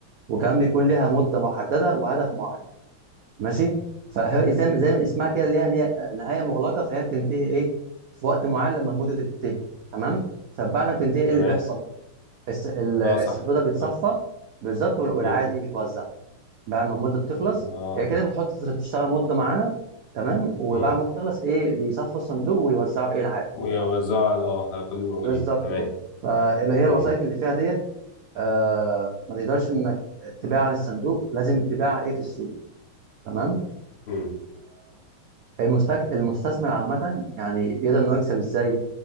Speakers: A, on the right; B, on the left.
A: وكمان بيكون لها مده محدده وهدف معين ماشي فهي زي زي ما اسمها كده ليها نهايه نهاية مغلقه فهي بتنتهي ايه في وقت معين لما المده تنتهي تمام طب بعد ما بتنتهي ايه
B: تمام
A: اللي بيحصل الس- ال- الصندوق
B: اه صح
A: ده بيتصفى
B: اه
A: بالظبط وال- والعائد
B: مم.
A: ايه بيتوزع بعد ما المده بتخلص
B: اه
A: يعني كانك بتحط فلوسك تشتغل مده معانا تمام وبعد
B: مم.
A: ما تخلص ايه بيصفوا الصندوق ويوزعوا ايه العائد
B: ويوزعها
A: بتاعه
B: على- اه على كل الموجودين
A: بالظبط
B: تمام
A: كده فاللي هي
B: مم.
A: الوثائق اللي فيها ديت آه ما تقدرش انك تبيعها للصندوق لازم تبيعها ايه في السوق تمام
B: مم.
A: المستك... المستثمر عامة يعني يقدر إن هو يكسب إزاي؟